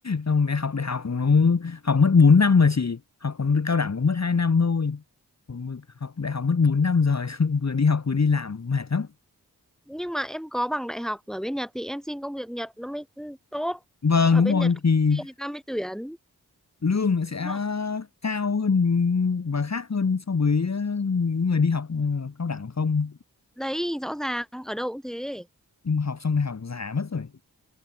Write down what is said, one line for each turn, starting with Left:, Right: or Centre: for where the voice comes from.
Left: xong đại học đại học nó học mất bốn năm mà chị học còn cao đẳng cũng mất 2 năm thôi Còn mình học đại học mất 4 năm rồi <laughs> vừa đi học vừa đi làm mệt lắm
Centre: nhưng mà em có bằng đại học ở bên Nhật thì em xin công việc Nhật nó mới tốt
Left: vâng
Centre: ở
Left: đúng
Centre: bên
Left: rồi
Centre: Nhật công
Left: thì
Centre: ty người ta mới tuyển
Left: lương nó sẽ
Centre: đúng không
Left: cao hơn và khác hơn so với ờ, những người đi học ờ, cao đẳng không
Centre: đấy rõ ràng ở đâu cũng thế
Left: nhưng mà học xong đại học già mất rồi